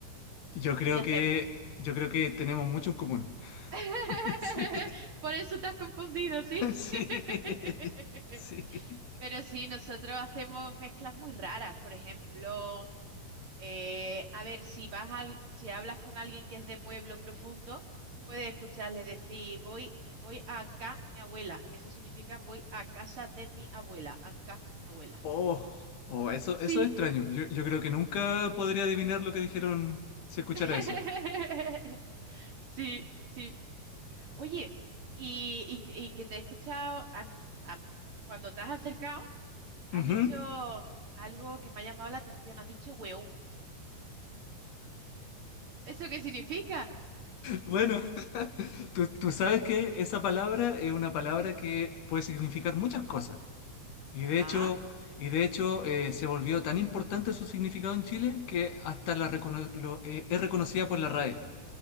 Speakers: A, on the left; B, on the right.
A: yo creo
B: Y hacemos.
A: que yo creo que tenemos mucho en común.
B: <laughs>
A: <laughs> Sí.
B: Por eso te has confundido, ¿sí?
A: Sí.
B: <laughs>
A: Sí.
B: Pero sí, nosotros hacemos mezclas muy raras. Por ejemplo, eh, a ver, si vas al- si hablas con alguien que es de pueblo profundo, puedes escucharle decir, voy, voy a Anca, mi abuela, que eso significa voy a casa de mi abuela, Anca, mi abuela.
A: Oh, oh, eso,
B: Sí.
A: eso es extraño. Yo, yo creo que nunca podría adivinar lo que dijeron si escuchara
B: <laughs>
A: eso.
B: Sí, sí. Oye, y, y que y que te he escuchado an- am- cuando te has acercado, has
A: Ujú.
B: dicho algo que me ha llamado la atención, has dicho weón. ¿Eso qué significa?
A: Bueno, tú, tú sabes que esa palabra es una palabra que puede significar muchas cosas. Y
B: Ajá,
A: de hecho, y de hecho eh, se volvió tan importante su significado en Chile que hasta la recono- lo- eh, es reconocida por la RAE,